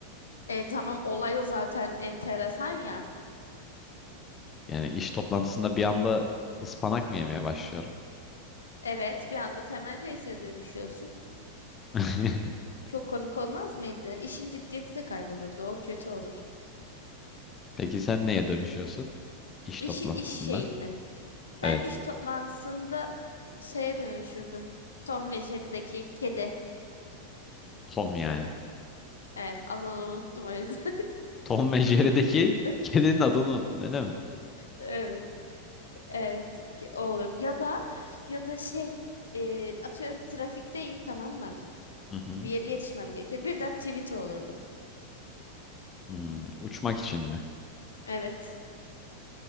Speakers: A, on the left; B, on the left.
A: E tamam olay o zaten enteresan ya.
B: yani iş toplantısında bir anda ıspanak mı yemeye başlıyorum?
A: Evet, bir anda Temel Reis'e dönüşüyorsun.
B: <laughs>
A: Çok komik olmaz mıydı? İşin ciddiyeti de kaybolurdu. O kötü olur.
B: Peki sen neye dönüşüyorsun iş
A: İş,
B: toplantısında?
A: iş şeyinde mi?
B: Evet,
A: Ben iş toplantısında şeye dönüşürdüm. Tom ve Jerry'deki kedi.
B: Tom yani.
A: Evet, az onu unuttum o yüzden.
B: Tom ve Jerry'deki
A: <laughs>
B: kedinin adını unuttun öyle mi?
A: Evet. Evet, ki- o olur. Ya da ya da şey, e, atıyorum trafikteyim tamam mı?
B: Hı hı.
A: Bir yere yetişmem gerekiyor. Birden tweet olurdum.
B: Hmm, uçmak için mi?
A: Evet.